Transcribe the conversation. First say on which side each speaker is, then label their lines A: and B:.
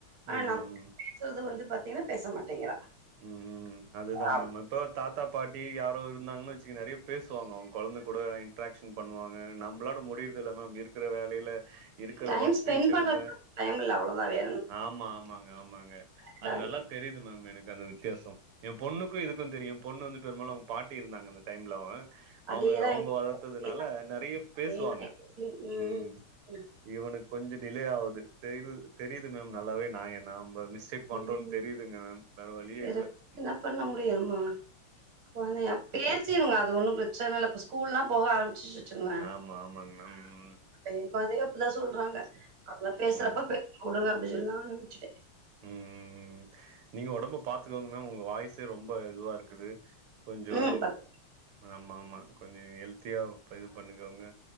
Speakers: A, on the right; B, on the right.
A: ஆனா
B: ம்
A: நம்ம
B: ம் ம்
A: பேசுறது வந்து பாத்தீங்னா பேச மாட்டேங்கிறா
B: ம் ம் அதுதா
A: அவ
B: மேம் இப்போ தாத்தா பாட்டி யாரோ இருந்தாங்கன் வச்சுங்க நறைய பேசுவாங்க அவங்க கொழந்தை கூட இட்ராக்க்ஷன் பண்ணுவாங்க நம்ளாட முடிய்ரது இல்ல மேம் இருக்கற வேலைல இருக்கற
A: டைம்
B: ஒர்க்
A: ஸ்பெண்ட்
B: டென்ஷன்ல
A: பண்றதுக்கு டைம் இல்ல அவ்ளோதா வேற
B: ஆமா ஆமாங்க ஆமாங்க
A: என்ன
B: அது நல்லா தெரிது மேம் எனக்கு அந்த வித்யாசோ ஏன் பொண்ணுக்கு இதுக்கு தெரியு ஏன் பொண்ணு வந்து பெரும்பாலு அவங்க பாட்டி இருந்தாங்க அந்த டைம்ல அவங்க அவுங்க
A: அதேதான்
B: அவுங்க
A: எங்க
B: வளர்த்ததுனால
A: அதேதான்
B: நறைய பேசுவாங்க
A: அதேதான் எங்க வீட்லயும்
B: ம்
A: ம்.
B: இவனுக்கு கொஞ்சோ டிலே ஆவுது தெரிது தெரிது மேம் நல்லாவே நா என் நா நம்ப மிஸ் சே பண்றோன்
A: ம்.
B: தெரியுதுங்க
A: ம்.
B: மேம் வழியே
A: வேற
B: இல்ல.
A: ப் என்ன பண்ண முடியுமா நம்ம கொழந்தய அப்பயே பேசிருங்க அது ஒன்னு பிரச்சன இல்ல இப்போ ஸ்கூல்லா போக ஆரம்பிச் <unintelligible>
B: ஆமா, ஆமாங்க மேம். ம்.
A: அப்டிதா சொல்றாங்க
B: ச
A: அதுங்க பேசுறப்ப
B: ம்,
A: பே வுடுங்க அப்டி சொன்னாங்க நா விட்டுட்ட
B: ம் நீங்க ஒடம்ப பாத்துக்கோங்க மேம் உங்க வாய்ஸே ரொம்ப இதுவா இருக்குது கொஞ்சோ
A: ம் பத்துப்பா
B: ஆமா ஆமா கொஞ்சோ ஹெல்ப் தியா இப்ப இது பண்ணிக்கோங்க